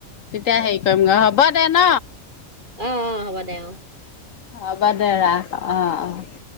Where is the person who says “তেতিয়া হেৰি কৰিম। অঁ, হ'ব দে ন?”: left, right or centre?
Left